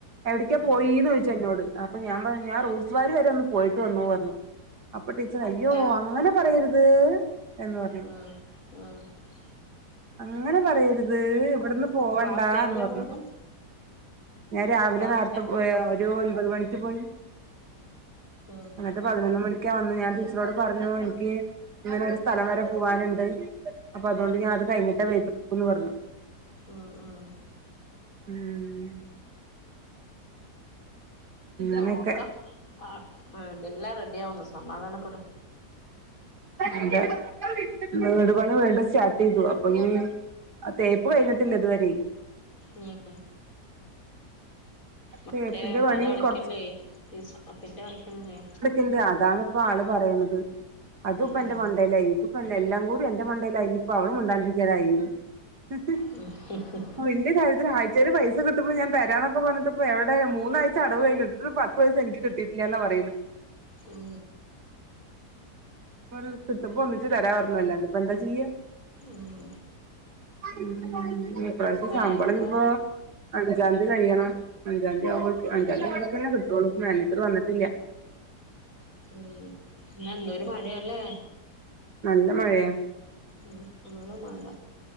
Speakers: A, on the right (about 70°); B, on the left (about 50°).
A: എവിടക്കാ
B: ഉം
A: പോയിന്ന് ചോദിച്ചു എന്നോട് അപ്പൊ ഞാൻ പറ ഞാൻ റൂട്സ് വാരി വരെ ഒന്ന് പോയിട്ട് വന്നു പറഞ്ഞു അപ്പൊ ടീച്ചർ
B: അല്ല
A: അയ്യോ അനെ അങ്ങനെ പറയരുത് എന്ന് പറഞ്ഞു
B: ആഹ്
A: അങ്ങനെ പറയരുത് ഇവടന്ന് പോവണ്ടാ
B: അപ്പൊ ക്ലാസ് ടൈമിലാ
A: എന്ന് പറഞ്ഞു
B: പോയത്
A: ഞാൻ രാവിലെ
B: ക്ലാസ്
A: നേരത്തെ
B: ടൈം
A: പോയ ഒരു ഒൻപത് മണിക്ക് പോയി
B: ആഹ്
A: ന്നട്ട് പതിനൊന്ന് മണിക്ക വന്നേ ഞാൻ ടീച്ചറോട് പറഞ്ഞു എനിക്ക് ഇങ്ങനെ ഒരു സ്ഥലം വരെ പോവാൻ ഇണ്ട്. അപ്പൊ അതുകൊണ്ട് ഞാന അത് കഴിഞ്ഞിട്ടേ വരുന്നു പറഞ്ഞു
B: ഉമ് ഉമ്
A: ഉം
B: നോക്കാം
A: അങ്ങനെയൊക്കെ
B: ആഹ് ഇതല്ലാം റെഡിയ ആവൊന്ന് സമാധാനപ്പെട്
A: എ അതെ വീടുപണി വിണ്ടും സ്റ്റാർട്ട് ചെയ്തു അപ്പ ഇനി തേപ്പ് കഴിഞ്ഞിട്ടില്ല ഇതുവരെ
B: ഉം മറ്റേ
A: തേപ്പിന്റെ പണി
B: അത് അടക്കണ്ടേ
A: കൊറച്ച്
B: ഈ സാഫിന്റെ അടക്കണില്ലേ
A: ഇണ്ട് അതാണിപ്പ ആള് പറയണത് അതും ഇപ്പ
B: ഉം
A: എന്റെ മണ്ടേല് ആയിന്ന് ഇപ്പന്നെ എല്ലാം കൂടി എന്റെ മണ്ടയിലായി ഇപ്പ അവള് മിണ്ടാണ്ട് ഇരിക്കൽ ആയിന്ന് ഉം
B: ഹ് ഹ് ഹ്
A: വല്യ കാര്യത്തില് ആഴ്ച്ചയില് പൈസ കിട്ടുമ്പോ ഞാൻ തരാന്ന ഇക്ക പറഞ്ഞിട്ടപ്പോ എവിടെ മൂന്നാഴ്ച അടവ് കഴിഞ്ഞ് ഇതുവരെ പത്ത് പയസ്സ എനിക്ക് കിട്ടില്ല എന്നാ പറയുന്നെ
B: ഉം
A: <inaudible> കിട്ടപ്പോ ഒന്നിച്ച് തരാ പറഞ്ഞ അല്ലാണ്ട് ഇപ്പ എന്താ ചെയ്യ
B: ഉം
A: ഉമ് ഈ പ്രാവശ്യത്തെ
B: വേറെന്താ
A: ശമ്പളം ഇിനിപ്പൊ അഞ്ചാംതീ കഴിയണം അഞ്ചാംതീ അവർക്ക് അഞ്ചാംതീ
B: ഉം
A: അവർക്ക് തന്നെ കിട്ടു ഒള്ളൂ മാനേജർ വന്നട്ടില്ല
B: ഉം ഇന്ന് ഏതൊരു മഴ അല്ലേ
A: നല്ല മഴയ
B: ഇന്ന് ഫുള്ള് മഴ